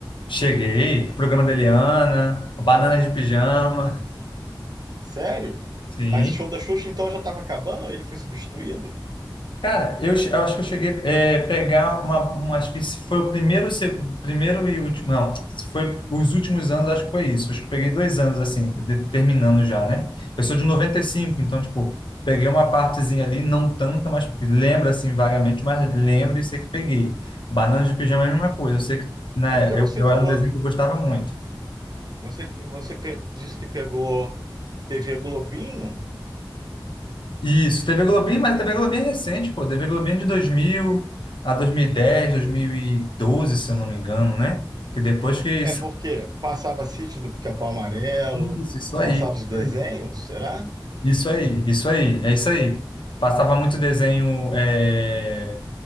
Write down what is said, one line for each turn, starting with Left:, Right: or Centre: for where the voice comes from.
Left: Cheguei, o programa da Eliana, Bananas de Pijama,
Right: Sério?
Left: sim.
Right: Mas show da Xuxa então já estava acabando? Ele foi substituído?
Left: Cara, eu, che- eu acho que eu cheguei é, pegar uma, uma, acho que se foi o primeiro, se- primeiro e último, não, se foi os últimos anos, acho que foi isso. Acho que eu peguei dois anos, assim, de- terminando já, né? Eu sou de 95 então, tipo, peguei uma partezinha ali, não tanta, mas lembro, assim, vagamente, mas lembro e sei que peguei. Banana de pijama é a mesma coisa, eu sei que, né,
Right: É porque
Left: eu,
Right: você
Left: eu
Right: falou,
Left: era um desenho que eu gostava muito.
Right: você você pe- disse que pegou TV Globinho.
Left: Isso, TV Globinho, mas TV Globinho é recente, pô. TV Globinho é de 2000 a 2010, 2012, se eu não me engano, né? Que depois que...
Right: É porque passava Sítio do Pica-Pau Amarelo,
Left: Isso, isso aí,
Right: passava
Left: isso
Right: os desenhos,
Left: aí.
Right: será?
Left: Isso aí, isso aí, é isso aí. Passava muito desenho é,